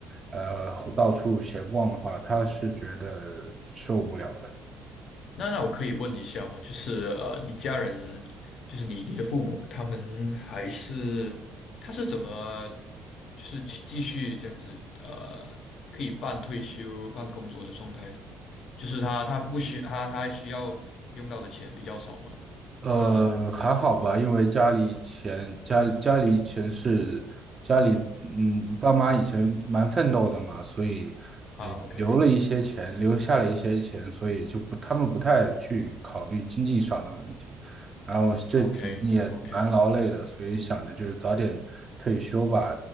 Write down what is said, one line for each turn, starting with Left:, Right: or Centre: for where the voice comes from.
Right: 呃，到处闲逛的话，她是觉得受不了的。
Left: 那那我可以问一下吗？就是呃，你家人，就是你你的父母，他们还是他是怎么，就是去继续这样子呃，可以半退休半工作的状态？就是他他不需他他需要用到的钱比较少吗？
Right: 呃，
Left: 还是
Right: 还好吧，因为家里以前家里家里以前是家里嗯，爸妈以前蛮奋斗的嘛，所以呃留了一些钱，
Left: 啊？OK
Right: 留下了一些钱，所以就不他们不太去考虑经济上的问题。然后这几年也蛮劳累的，
Left: OK OK，
Right: 所以想着就是早点退休吧，